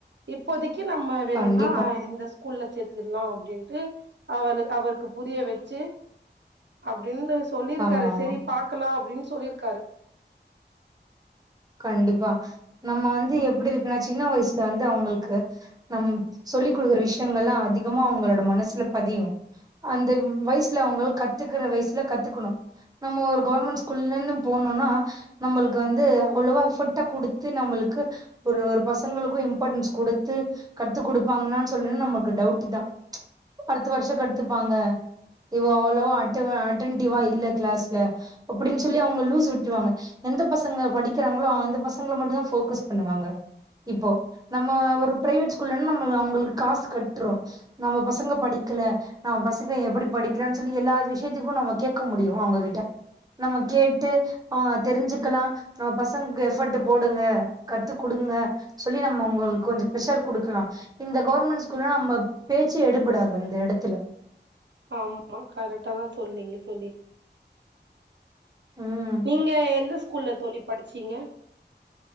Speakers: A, on the right; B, on the right.
A: இப்போதெக்கி நம்ம வேணுனா
B: கண்டிப்பா
A: அ இந்த ஸ் ஸ்கூல்ல சேத்திர்லா அப்டின்ட்டு அவனு அவளுக்கு புரிய வெச்சு அப்டின் னு சொல்லிர்க்காரு
B: ஆமா ஆமா
A: செரி பாக்கலா அப்டின் சொல்லிர்க்காரு
B: கண்டிப்பா நம்ம வந்து எப்பிடி இருக்குன்ன சின்ன வய்சுல வந்து அவ்ங்களுக்கு நம் சொல்லி குடுக்குற விஷயங்கள்லா அதிகமா அவங்களோட மனசுல பதியு அந்த வ வய்சுல அவ்ங்க கத்துக்குற வய்சுல கத்துக்கணு நம்ம ஒரு கவர்மண்ட் ஸ்கூல்லன் போனோனா நம்மளுக்கு வந்து அவ்ளொவா எஃபட்டா குடுத்து நம்மளுக்கு ஒரு ஒரு பசங்களுக்கும் இம்பாட்டன்ஸ் குடுத்து கத்து குடுப்பாங்கன்னான் சொல்லன்னா நமக்கு டவுட்டுதா அடுத்த வருஷொ கத்துப்பாங்க இவோ அவ்ளோவோ அட்ட அட்டென்டிவா இல்ல க்ளாஸ்ல அப்டின்னு சொல்லி அவுங்க லூஸ் விட்ருவாங்க எந்த பசங்க படி க்கெறாங்களோ அந்த பசங்கள மட்டுந்தா ஃபோக்கஸ் பண்ணுவாங்க இப்போ நம்ம ஒரு ப்ரைவேட் ஸ்கூல்லன்னா நம்ம அவ்ங்களுக்கு காசு கட்றோ நம்ம பசங்க படிக்கல நம்ம பசக்க எப்பிடி படிக்கிறான்னு சொல்லி எல்லா இ விஷயத்துக்கு நம்ம கேக்க முடியு அவுங்ககிட்ட நம்ம கேட்டு அவ தெருஞ்சுக்கலா நம்ம பசங்களுக்கு எஃபோட்டு போடுங்க கத்து குடுங்க சொல்லி நம்ம உங்களுக்கு கொஞ்சொ தெ ப்ரெஷர் குடுக்கலா இந்த கவர்மண்ட் ஸ்கூல்ல நம்ம பேச்சு எடுபடாது அந்த எடத்துல
A: ஆமா கரட்டாதா சொல்னீங்க தோழி
B: ம்
A: நீங்க எந்த ஸ்கூல்ல தோழி படிச்சீங்க